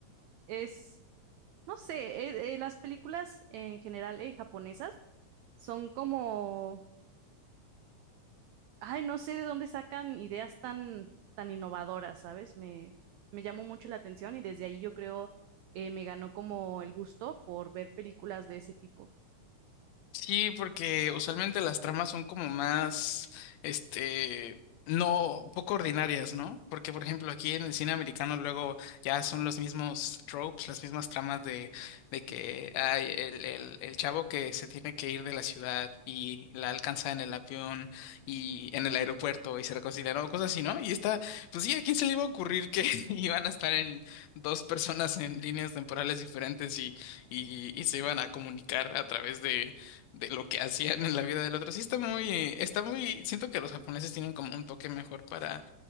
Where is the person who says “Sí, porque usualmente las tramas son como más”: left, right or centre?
Left